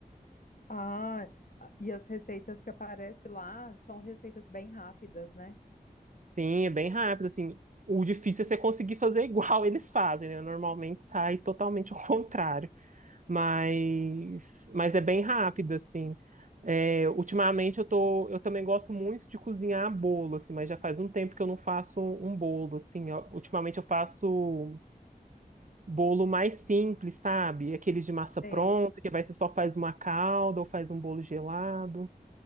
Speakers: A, on the left; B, on the right.
A: Ah, e as receitas que aparecem lá são receitas bem rápidas, né?
B: Sim, é bem rápido, assim. O difícil é você conseguir fazer igual <laughs> eles fazem, né? Normalmente sai totalmente ao contrário. mas, mas é bem rápido, assim. É, ultimamente eu tô, eu também gosto muito de cozinhar bolo, assim, mas já faz um tempo que eu não faço um, um bolo, assim. Eu- ultimamente eu faço bolo mais simples, sabe? Aqueles de massa
A: Sei,
B: pronta, que vai ser só faz uma calda ou faz um bolo gelado.